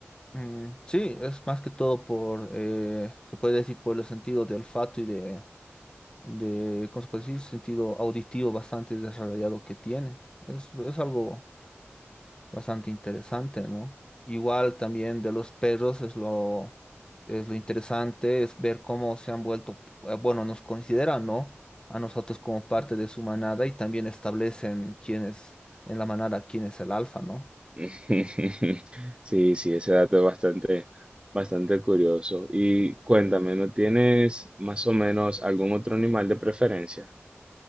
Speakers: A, on the left (about 20°); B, on the right (about 25°).
A: Mm, sí, es más que todo por, eh, se puede decir por el sentido de olfato y de, de, ¿cómo se puede decir? Sentido auditivo bastante desarrollado que tiene. Es, es algo bastante interesante, ¿no? Igual también de los perros es lo, es lo interesante, es ver cómo se han vuelto, eh, bueno, nos consideran, ¿no? A nosotros como parte de su manada y también establecen quién es en la manada, quién es el alfa, ¿no?
B: <laughs> Sí, sí, ese dato es bastante Bastante curioso. Y cuéntame, ¿no tienes más o menos algún otro animal de preferencia?